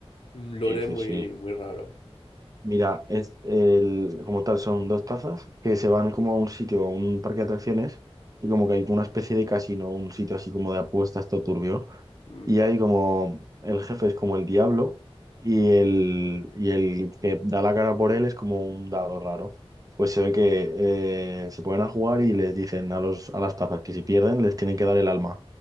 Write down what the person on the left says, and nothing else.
un lore
muy,
muy raro.
Mm,